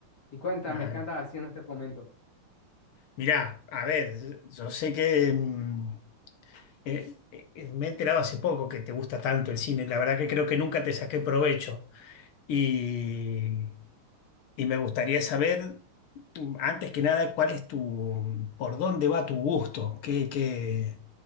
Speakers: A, on the left; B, on the left.
A: Y cuéntame,
B: Claro.
A: ¿qué andas haciendo en este momento?
B: Mirá, a ver, yo sé que mm, eh, eh, me he enterado hace poco que te gusta tanto el cine. La verdad que creo que nunca te saqué provecho. Y Y me gustaría saber, mm, antes que nada, cuál es tu, por dónde va tu gusto, qué, qué,